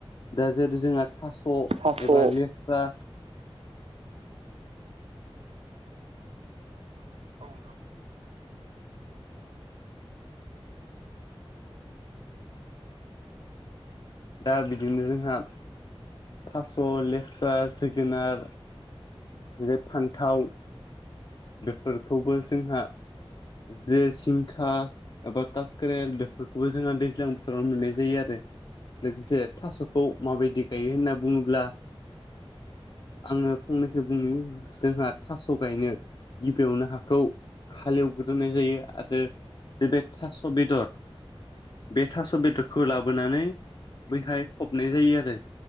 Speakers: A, on the left; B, on the right.
A: दा जेरै जोंहा थास'
B: औ
A: एबा लेस्रा
B: औ नोंथां
A: दा बिदिनो जोंहा थास' लेस्रा जोगोनार ओमफ्राय फान्थाव बेफोरखौबो जोंहा जे जिंखा एबा काक्रेल बेफोरखौबो जोंहा दैज्लां बोथोरावनो मोननाय जायो आरो लोगोसे थास'खौ माबायदि गायो होनना बुङोब्ला आङो फंनैसो बुंनि जोंहा थास' गायनो गिबियावनो हाखौ हालेव गोदोननाय जायो आरो जे बे थास' बेदर बे थास' बेदरखौ लाबोनानै बैहाय फबनाय जायो आरो